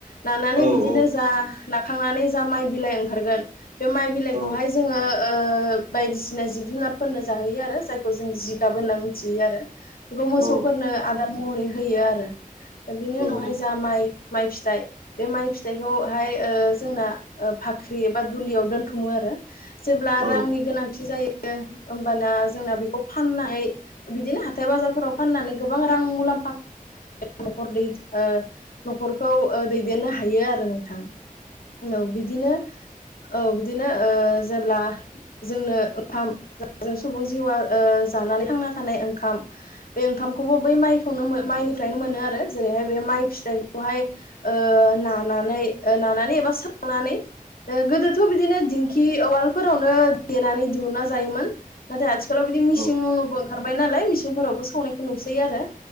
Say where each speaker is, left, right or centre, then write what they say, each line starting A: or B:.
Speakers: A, on the left (about 75°); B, on the right (about 55°).
A: नानानै
B: औ
A: बिदिनो
B: औ
A: जा नाखांनानै जा माइ बिलाइ ओंखारगोन बे माइ बिलाइखौहाय
B: औ
A: जोङो बायदिसिना जिब जुनारफोरनो जाहोयो आरो जायखौ जों जिगाब होनना मिथियो आरो बेखौ मोसौफोरनो
B: औ
A: आदार महरै होयो आरो बिनि
B: औ
A: उनावहाय
B: नंगौ
A: जा माइ माइ फिथाइ बे माइ फिथाइखौहाय जोंना बाख्रि एबा दुलियाव दोन्थुमो आरो जेब्ला
B: औ
A: रांनि गोनांथि जायो होमबाना जोंना बेखौ फाननाय बिदिनो हाथाय बाजारफोराव फाननानै गोबां रां मुलाम्फा न'खर खौ न'खरखौ दैदेननो हायो आरो नोंथां औ बिदिनो औ बिदिनो जेब्ला जोंनो ओंखाम जों सुबुं जिउआ जानानै थांना थानाय ओंखाम बे ओंखामखौबो बै माइखौनो माइनिफ्रायनो मोनो आरो जेरैहाय बे माइ जायखौहाय नानानै नानानै एबा सौनानै गोदोथ' बिदिनो दिंखि उवालफोरावनो देनानै दिहुना जायोमोन नाथाय आथिखालाव बिदि मिसिंनोबो
B: औ
A: ओंखारबाय नालाय मिसिनफोरावबो सौनायखौ नुसै आरो